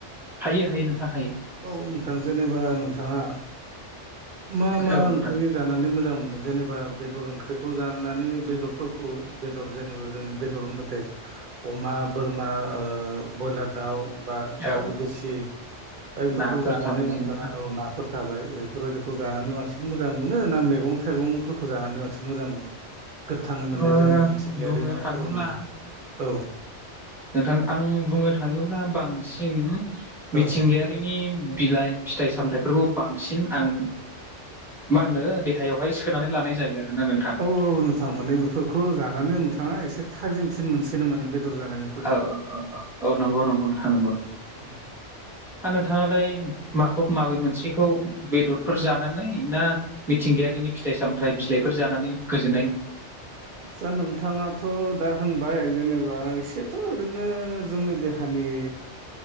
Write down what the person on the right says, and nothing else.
औ नोंथां जेनेबा नोंथाङा मा मा
ओंख्रि
जानानै मोजां मोनो जेनेबा बेदर ओंख्रिखौ जानानै बेदरफोरखौ बेदर जेनेबा जोंनि बेदर होनबाथाय अमा बोरमा ब्रयलार दाउ बा दाउ
देसि बायफोरखौ
जानानै
नोंथाङा
औ ना फोर थाबाय बेफोरबायदिखौ जानानै बांसिन मोजां मोनो ना मैगं थाइगंफोरखौ जानानै बांसिन मोजां मोनो गोथाङ मोननाय
जोंनि मिथिंगायारि
माबाफोराव
मोननाय औ
औ
औ औ नोंथां माने बेफोरखौ जानानै नोंथाङा एसे थाजिमसिन मोनसेनो माने बेदर जानायनि
औ नोंथां
आदसा नोंथाङा थ' दा होनबाय जेनेबा एसेथ' ओरैनो जोंनि देहानि